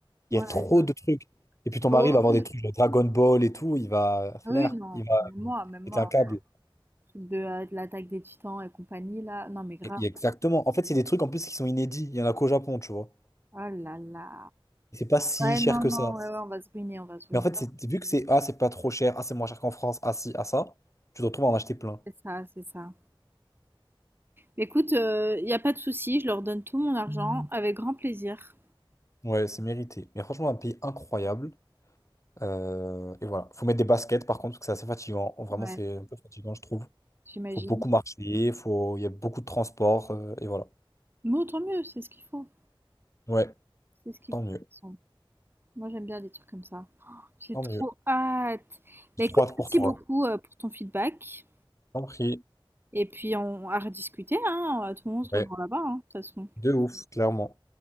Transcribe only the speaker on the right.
Ouais,
je vois.
Ok.
Oui, non,
même moi, même moi.
ouais.
Truc De, euh, de l'attaque des titans et compagnie, là. Non, mais grave.
Ah là là.
Ouais,
non,
non,
ouais, ouais, on va se ruiner, on va se ruiner.
C'est ça, c'est ça. Écoute, il n'y a pas de souci, je leur donne tout mon argent avec grand plaisir.
Ouais,
j'imagine.
Mais autant mieux, c'est ce qu'il faut.
C'est ce qu'il
faut. Moi, j'aime bien les trucs comme ça. Oh, J'ai
trop
hâte.
Bah
écoute,
merci
beaucoup euh, pour ton feedback.
Et puis, on à rediscuter, hein. Tout le monde se
revoit là-bas, hein, de toute façon.